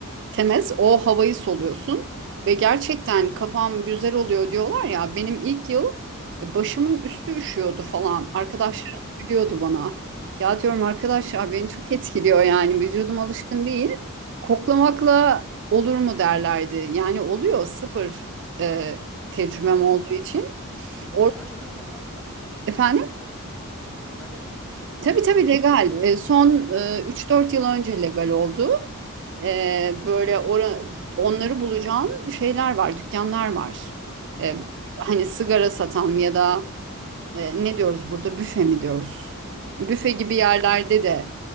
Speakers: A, on the right (about 55°); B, in the centre.
A: temiz o havayı soluyorsun ve gerçekten kafam güzel oluyor diyorlar ya benim ilk yıl e, başımın üstü üşüyordu falan arkadaşlarım
B: Hı.
A: gülüyordu bana ya diyorum arkadaşlar beni çok etkiliyor yani vücudum alışkın değil koklamakla olur mu derlerdi yani oluyor sıfır e, tecrübem olduğu için
B: Legal
A: Or-
B: mi acaba orada?
A: efendim
B: Yani, legal herhalde.
A: tabii tabii
B: Yani
A: legal
B: yas.
A: E, son e, 3-4 yıl önce legal oldu Ee, böyle ora, onları bulacağın şeyler var, dükkanlar var. Ee,
B: Hı hı.
A: hani sigara satan ya da e, ne diyoruz burada büfe mi diyoruz? Büfe gibi yerlerde de
B: Hı